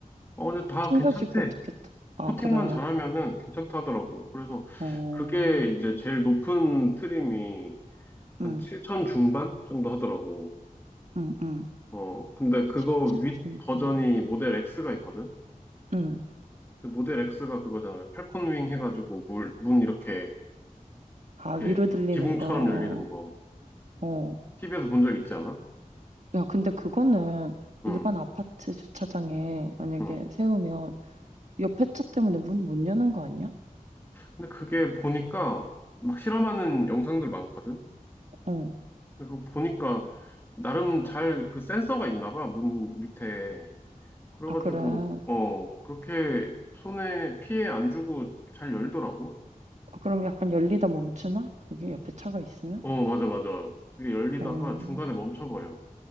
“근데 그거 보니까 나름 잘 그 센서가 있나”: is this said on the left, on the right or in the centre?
Left